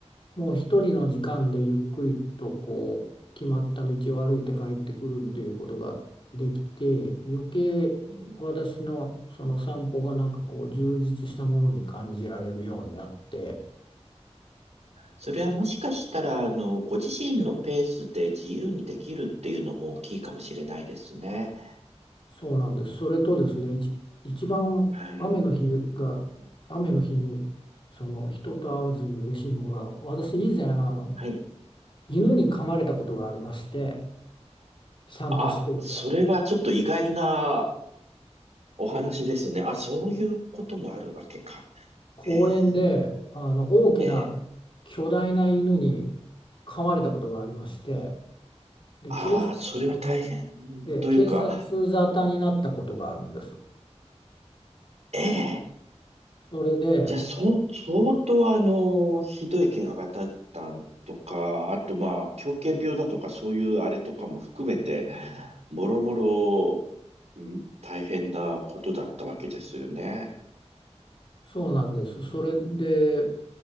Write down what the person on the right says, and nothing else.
うん。うん。それはもしかしたら、あの、ご自身のペースで自由にできるっていうのも大きいかもしれないですね。
はい。
はい。
あ、それはちょっと意外なお話ですね。あ、そういうこともあるわけか。
ええええ
ああ、
それは大変というか、
ええ
じゃあ、そう、相当あの、ひどい怪我がだったとか、あとまあ、狂犬病だとか、そういうあれとかも含めて、もろもろ、うん大変なことだったわけですよね。